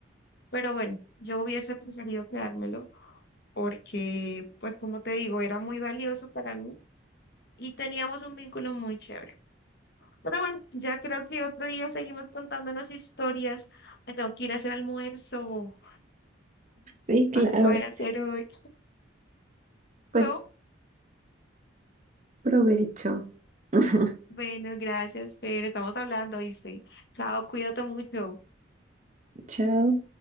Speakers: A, on the left; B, on the right.
A: Pero bueno, yo hubiese preferido quedármelo porque, pues como te digo, era muy valioso para mí y teníamos un vínculo muy chévere. Pero bueno, ya creo que otro día seguimos contándonos historias. Me tengo que ir a hacer almuerzo.
B: Sí, claro.
A: No sé qué voy a hacer hoy.
B: Pues
A: <laughs> ¿Cómo?
B: provecho. <laughs>
A: Bueno, gracias, Fer. Estamos hablando, ¿viste? Chao, cuídate mucho.
B: Chao.